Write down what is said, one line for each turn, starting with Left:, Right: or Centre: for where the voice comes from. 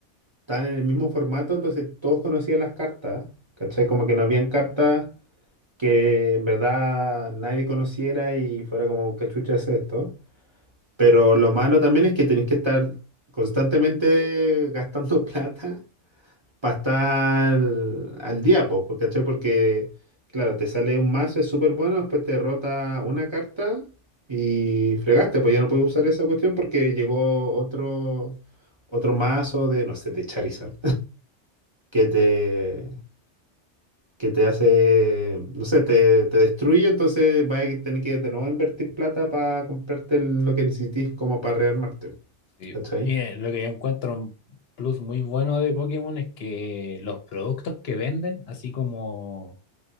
Right: estaban en el mismo formato, entonces todos conocían las cartas, ¿cachai? Como que no habían cartas que en verdad nadie conociera y fuera como, ¿qué chucha es esto? Pero lo malo también es que tenés que estar constantemente gastando <laughs> plata para estar al día, po, po, ¿cachai? Porque, claro, te sale un mazo, es súper bueno, después te derrota una carta y fregaste, pues ya no puedes usar esa cuestión porque llegó otro... Otro mazo de, no sé, de Charizard que te, que te hace, no sé, te, te destruye, entonces vas a tener que de nuevo invertir plata para comprarte el- lo que necesites como para rearmarte.
Left: Sí,
Right: ¿Cachai?
Left: Mire, lo que yo encuentro un plus muy bueno de Pokémon es que los productos que venden, así como